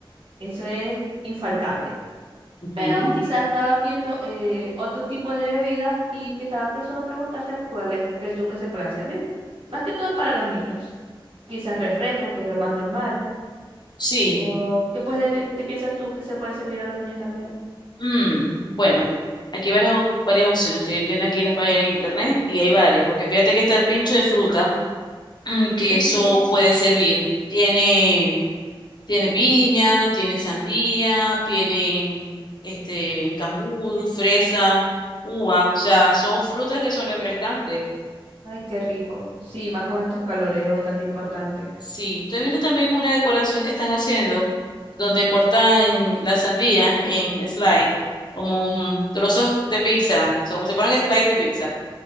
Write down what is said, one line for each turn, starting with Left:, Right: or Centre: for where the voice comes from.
Right: eso es infaltable.
Left: ujú,
Right: Pero quizás estaba viendo eh, otro tipo de bebidas y que estaba pensando preguntarte cuáles crees tú que se pueda servir. Más que todo para los niños. Quizás refrescos, que es lo más normal
Left: Sí.
Right: ¿O qué, puede pi- qué piensas tú que se puede servir a los niños también?
Left: mm, bueno, aquí hay varias, op- varias opciones. Estoy viendo aquí las páginas en internet y hay varios. Porque fíjate que está el pincho de fruta, <clears throat> mm,
Right: Mm.
Left: que eso puede servir. Tiene, tiene piña, tiene sandía, tiene este cambur, fresa, uva. O sea, son frutas que son refrescantes.
Right: Ay, qué rico. Sí, más con estos calores es bastante importante.
Left: Sí, estoy viendo también una decoración que están haciendo, donde cortan la sandía en slice, como mm, trozos de pizza, o sea, como si fueran slice de pizza.